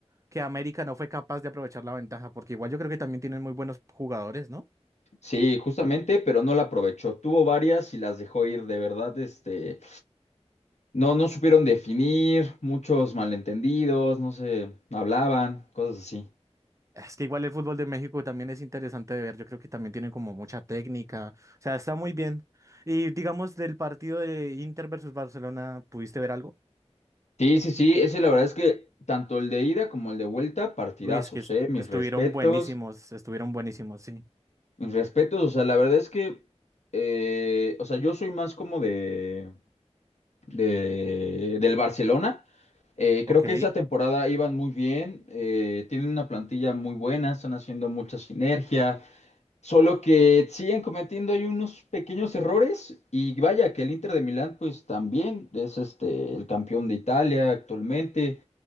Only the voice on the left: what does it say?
Sí, justamente, pero no la aprovechó. Tuvo varias y las dejó ir, de verdad, este, no, no supieron definir, muchos malentendidos, no se hablaban, cosas así.
Sí, sí, sí, ese la verdad es que tanto el de ida como el de vuelta, partidazos,
eh, mis
respetos.
Mis respetos, o sea, la verdad es que, eh, o sea, yo soy más como de, de- del Barcelona. Eh,
creo que esa temporada iban muy bien, eh, tienen una plantilla muy buena, están haciendo mucha sinergia, solo que siguen cometiendo ahí unos pequeños errores y vaya que el Inter de Milán pues también es este el campeón de Italia actualmente,